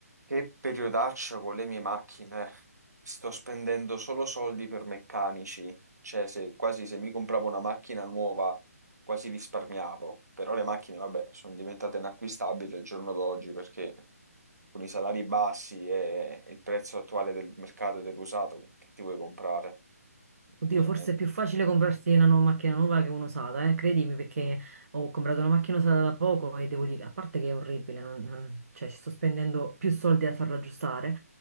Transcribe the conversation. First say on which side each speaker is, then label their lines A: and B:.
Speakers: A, on the right; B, on the right.
A: Che periodaccio con le mie macchine. Sto spendendo solo soldi per meccanici. Cioè, se, quasi se mi compravo una macchina nuova, quasi risparmiavo. Però le macchine, vabbè, sono diventate inacquistabili al giorno d'oggi perché con i salari bassi e il prezzo attuale del mercato dell'usato, che ti vuoi comprare?
B: Oddio,
A: Veramente.
B: forse è più facile comprarsi una nuova macchina nuova che un'usata, eh? Credimi, perché ho comprato una macchina usata da poco e devo dire, a parte che è orribile, non- non- cioè ci sto spendendo più soldi a farla aggiustare.